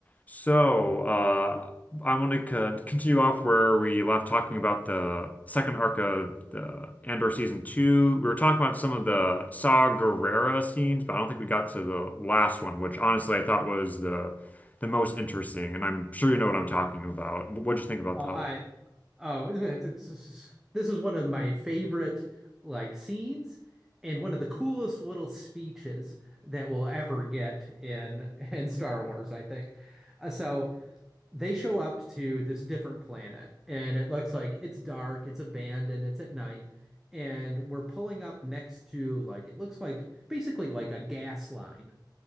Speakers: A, on the left; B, in the centre.
A: So, uh, I want to con continue off where we left talking about the second arc of the Andor season two. We were talking about some of the Saw Gerrera scenes, but I don't think we got to the last one, which honestly I thought was the the most interesting. And I'm sure you know what I'm talking about. Wh- What'd you think about
B: Oh,
A: that?
B: I oh, <laughs> this is this is one of my favorite like scenes and one of the coolest little speeches that we'll ever get in <laughs> in Star Wars, I think. Uh, so they show up to this different planet and it looks like it's dark, it's abandoned, it's at night, and we're pulling up next to like it looks like basically like a gas line